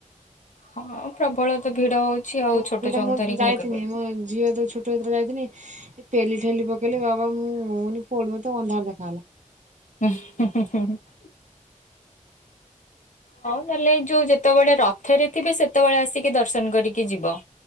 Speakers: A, on the left (about 65°); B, on the right (about 65°).
A: ହଁ ପ୍ରବଳ ତ ଭିଡ ହଉଛି। ଆଉ
B: ବହୁତ
A: ଛୋଟ
B: ପୁଡା
A: ଛୁଆଙ୍କୁ
B: ମୁଁ
A: ଧରିକି
B: ଯାଇଥିଲି
A: ଇଏ କରିବେ।
B: ମୋ ଝିଅ ଯେତେ ଛୋଟ। ଯେତେ ବେଳେ ଯାଇଥିନି ପେଲି, ଠେଲି ପକେଇଲେ ବାବା ମୁଁ ପଡିବୋ ତେ ଅନ୍ଧାର ଦେଖାହେଲା।
A: <unintelligible> ହଉ ନହେଲେ ଏ ଯୋଉ ଯେତେବେଳେ ରଥରେ ଥିବେ ସେତେବେଳେ ଆସିକି ଦର୍ଶନ କରିକି ଯିବ।